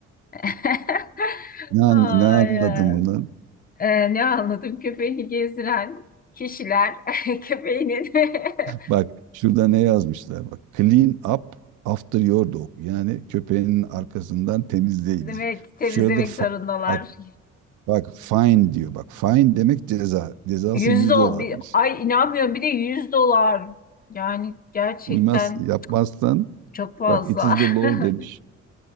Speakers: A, on the left (about 30°); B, on the right (about 80°).
A: <laughs>
B: Ne, an,
A: Ay,
B: ne anladım bundan?
A: e, e, ne anladım köpeğini gezdiren kişiler <laughs> köpeğini <laughs>
B: Bak şurada ne yazmışlar bak. Clean up after your dog. Yani köpeğinin arkasından temizleyiniz.
A: demek temizlemek
B: Şurada fa-
A: zorundalar.
B: bak bak fine diyor. Bak fine demek ceza. Cezası
A: Yüz
B: 100
A: dolar.
B: dolarmış.
A: ay inanmıyorum bir de 100 dolar. Yani gerçekten
B: Uymaz yapmazsan
A: Çok fazla.
B: bak it is the law
A: <laughs>
B: demiş.